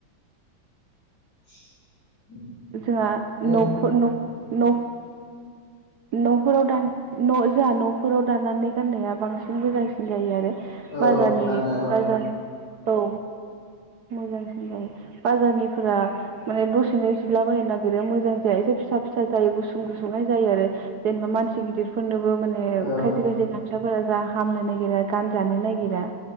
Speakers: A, on the left; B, on the right.
A: <inaudible>
B: जोंहा
A: होनदों
B: नफो न न न'फोराव दा न जोंहा नफोराव दानानै गाननाया बांसिन मोजांसिन जायो आरो।
A: औ
B: बाजारनि
A: गाननाय औ
B: बाजार औ मोजांसिन जायो बाजारनिफोरा माने दसेनो जिला बायनो नागिरो मोजां जाया एसे फिसा फिसा जायो गुसुं गुसुंनाय जायो आरो जेनेबा मानसि गिदिरफोरनो बो माने
A: औ
B: खायसे खायसे गामसाफोरा जा हामनो नागिरा गानजानो नागिरा